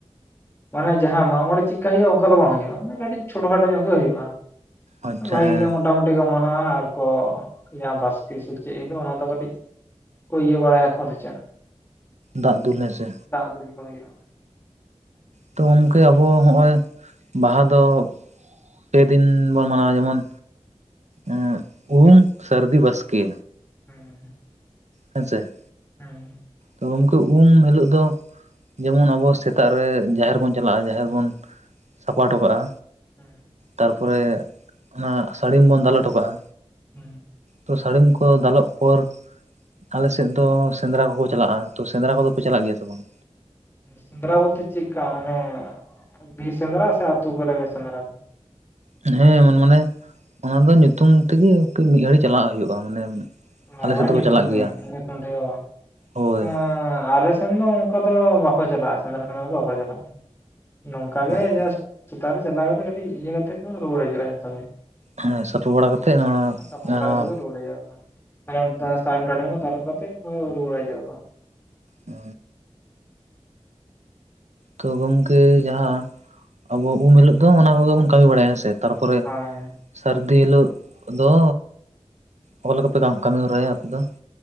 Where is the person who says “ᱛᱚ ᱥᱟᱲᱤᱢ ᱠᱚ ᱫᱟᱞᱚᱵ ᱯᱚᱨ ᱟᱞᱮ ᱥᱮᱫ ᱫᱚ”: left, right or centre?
Right